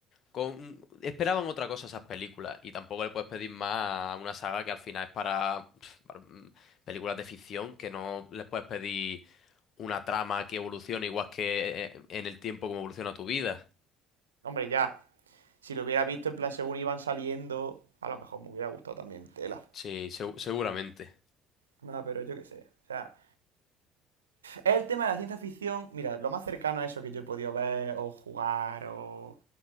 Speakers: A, on the left; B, on the right.
A: con... Esperaban otra cosa esas películas y tampoco le puedes pedir más a una saga que al final es para, pf, para, mm, películas de ficción, que no les puedes pedir una trama que evolucione igual que eh, en el tiempo como evoluciona tu vida.
B: Hombre, ya. Si lo hubiera visto en plan según iban saliendo, a lo mejor me hubiera gustado también. Tela.
A: Sí, segu- seguramente.
B: No, pero yo qué sé. O sea, el tema de la ciencia ficción, mira, lo más cercano a eso que yo he podido ver o jugar o,